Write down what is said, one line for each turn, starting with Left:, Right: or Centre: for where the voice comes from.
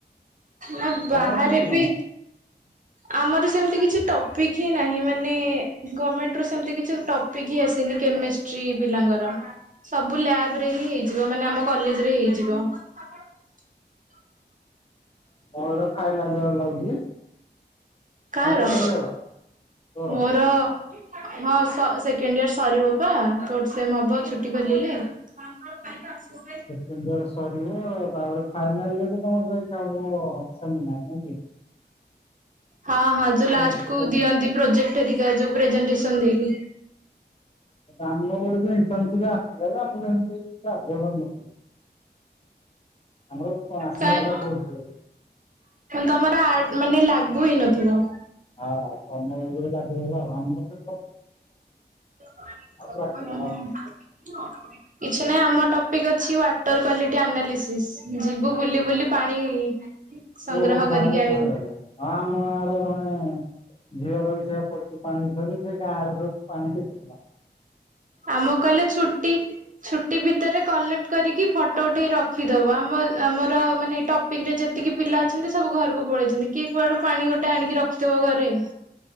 Right: ନା ବାହାରେ
Left: ତମର କେମିତି
Right: ବି
Left: କଣ ହ
Right: ଆମର ସେମତି କିଛି ଟପିକ୍ ହିଁ ନାହିଁ ମାନେ ଗଭର୍ଣମେଣ୍ଟୁ ସେମିତି କିଛି ଟପିକ୍ ହିଁ ଆସିନି କେମସ୍ ସ୍ତ୍ରୀ ପିଲାଙ୍କର ସବୁ ଲ୍ୟାବ ରେ ହିଁ ହେଇଯିବ ମାନେ ଆମ କଲେଜ ରେ ହେଇଯିବ <unintelligible>
Left: ଓ ଫାଇନା ଜର ଲାଗୁଛି ନା
Right: କାହାର
Left: ସେକେଣ୍ଡ ଇୟର ତୋର?
Right: ମୋର ହଁ ସେକେଣ୍ଡ ଇୟର ସରିବ ପା ସେ ହବ ଛୁଟି ଖିଲେ କଣ କ କ ତ ଆସିବ
Left: ସେ ସରିବ ତାପରେ ଫାଇନାଲ ଇ ତମର ଯାଇଥାବ ସେମିନାର
Right: ହଁ ହଁ ଯୋଉ
Left: ସେ
Right: ଲାଷ୍ଟ କୁ
Left: ସେ ହଁ।
Right: ଦିଅନ୍ତି ପ୍ରୋଜେଟରିକା ଯୋ ପ୍ରେଜେଟେସନ ଦେଇକି
Left: ଆମ ଗକୁନ୍ ଆସିଥିଲା ଯେ ଆମକୁ ଯେମିତି ବାଧ୍ୟ କରିନଥିଲ ଆମର ଆସିନଥିଲା
Right: କାଇଁ
Left: କୋର୍ଟରେ
Right: ତମର ଆ ମାନେ ଲାଗୁ ହେଇ ନଥିବ
Left: ହଁ କନ୍ୟ ଲାଗୁ ଆମର
Right: ହୁଁ
Left: ଆଉ ପ୍ରାକ୍ଟିକାଲ ଆଉ
Right: କିଛି ନାହିଁ ଆମ ଟପିକ୍ ଅଛି ୱାଟର କ୍୍ୱାଲିଟି ଆନାଲିସିସ୍ ଯିବୁ ବୁଲି ବୁଲି ପାଣି ସଂଗ୍ରହ
Left: ଓହୋ ପାଣି
Right: କରିକି ଆଣିବୁ।
Left: ସ ହଁ ଆମ ଗାଁ ର ଜଣେ ଝିଅର ବି ସେଇଆ ପଡିଛି ପାଣି ବିଷରେ ଆର୍ହ ପାଣେ କିଥିଲା
Right: ଆମ କହିଲେ ଛୁଟି ଛୁଟି ଭିତରେ କଲେକ୍ କରିକି ଫଟୋ ଉଠେଇ ରଖିଦବ ଆମ ଆମର ମାନେ ଟପିକ ରେ ଯେତିକି ପିଲା ଅଛନ୍ତି ସବୁ ଘରକୁ ପଳେଇଛନ୍ତି କିଏ କୁଆଡୁ ପାଣି ଗୋଟେ ଆଣିକି ରଖିଥିବ ଘରେ